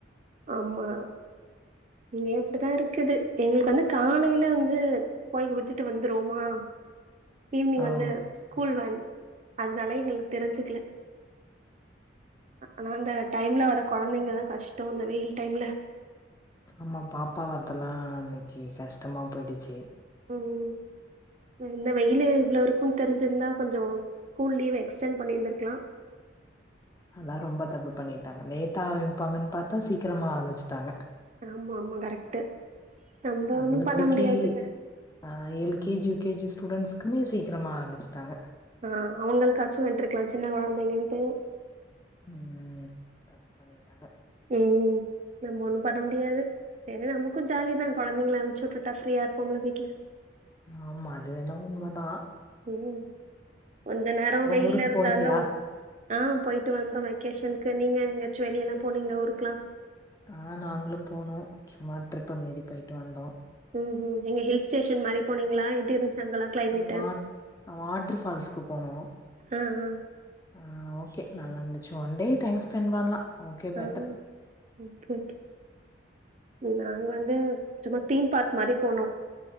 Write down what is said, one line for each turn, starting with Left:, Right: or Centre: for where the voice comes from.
Right: ஆமா இங்கேயு அப்டிதா தா இருக்குது எங்களுக்கு வந்து காலேயில வந்து போய் விட்டுட்டு வந்துருவோமா ஈவினிங்
Left: ஆ
Right: வந்து
Left: ஓகே ஓகே
Right: ஸ்கூல் வேன் அதனால எங்களுக்கு தெரிஞ்சுக்கல ஆனா அந்த டைம்ல வர கொழந்தைங்கல்லா கஷ் டவ்ன்ல வெயில் டைம்ல
Left: ஆமா பாப்பா வரத்தல்லா அன்னைக்கு கஷ்டமா போயிடுச்சு
Right: உம் இந்த வெயிலு இவ்வளவு இருக்கும்னு தெரிஞ்சிருந்தா கொஞ்சோ ஸ்கூல் லீவ்வ எக்ஸ்டென் பண்ணி இருந்திருக்கலா
Left: அதா ரொம்ப தப்பு பண்ணிட்டாங்க லேட்டா ஆரம்பிப்பாங்கனு பாத்தா சீக்கிரமா ஆரம்பிச்சுட்டாங்க
Right: ஆமா ஆமா கரெக்ட்டு நம்ப
Left: அதுவு
Right: ஒன்னு பண்ண
Left: எல்
Right: முடியாதுல்ல
Left: கே ஜி ஆ L K G U K G ஸ்டூடெண்ஸ்க்குமே சீக்கிரமாக ஆரம்ச்சுட்டாங்க
Right: ஆ அவுங்களுக்காச்சு விட்ருக்கலா சின்ன கொழந்தகன்ட்டு
Left: உம் தப்பு பண்ணிட்டாங்க
Right: உம் நம்ம ஒன்னும் பண்ண முடியாது ஏன்ன நமக்கு ஜாலிதா கொழந்தைங்கள அனுப்சு விட்டுட்டா ப்ரீயா இருப்போம்ல வீட்ல
Left: ஆமா அது வேணா உண்ம தா
Right: உம் கொஞ்ச நேரோ
Left: அப்றோ
Right: வெயில்ல
Left: ஊருக்கு
Right: இருந்தாலு
Left: போனீங்களா
Right: ஆ போய்ட்டு வந்தோ வெக்கேஷனுக்கு நீங்க எங்கயாச்சு வெளிய எல்லா போனீங்களா ஊருக்கெல்லா
Left: ஆ நாங்களும் போம் சும்மா ட்ரிப்பு மாரி போயிட்டு வந்தோ
Right: ம்ம் எங்க ஹில் ஸடேஷன் மாரி போனீங்ளா எப்டி இருந்துச்சு அங்கல்லா கிளைமேட்டு
Left: வாட் வாட்டர் ஃபால்ஸ்சுக்கு போனோ
Right: ஆ ஆ
Left: ம் ஓகே நல்லா இருந்துச்சு ஒன் டே டைம் ஸ்பெண்ட் பண்லா ஓகே
Right: ஆ
Left: பெட்டர்
Right: ஒகே ஓகே ஓகே நாங்க வந்து சும்மா தீம் பார்க் மாதிரி போனோ